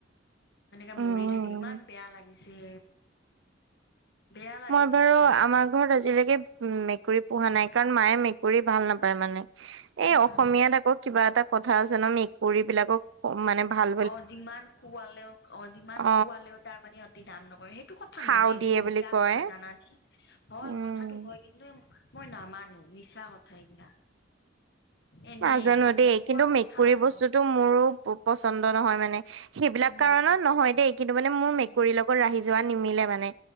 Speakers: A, on the left; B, on the right.
A: এনেকে
B: উম
A: মৰি থাকিল ইমান বেয়া লাগিছে। বেয়া লাগে
B: মই বাৰু
A: কিছুমান বস্তু
B: আমাৰ ঘৰত আজিলৈকে উম, মেকুৰী পোহা
A: উম
B: নাই কাৰণ মায়ে মেকুৰী ভাল নাপায় মানে, এই
A: উম
B: অসমীয়াত
A: উম
B: আকৌ কিবা এটা কথা আছে না' মেকুৰীবিলাকক অহ, মানে ভাল
A: অহ, যিমান খোৱালেও অহ, যিমান
B: অ
A: খোৱালেও তাৰমানে সিহঁতে নাম নকৰে সেইটো কথা
B: খাও
A: নহয়, এইবিলাক
B: দিয়ে
A: মিছা
B: বুলি কয়
A: কথা জানানে, হয়
B: উম
A: কথাটো হয় কিন্তু মানে মই নামানো মিছা কথা এইবিলাক। এনেই
B: নাজানো
A: মানুহে
B: দেই
A: কোৱা
B: কিন্তু
A: কথা
B: মেকুৰী
A: আৰু।
B: বস্তুটো মোৰো পচন্দ নহয় মানে, সেইবিলাক
A: উম
B: কাৰণত নহয় দেই কিন্তু মানে মোৰ
A: উম
B: মেকুৰী লগত লগত ৰাহি যোৱা নিমিলে মানে,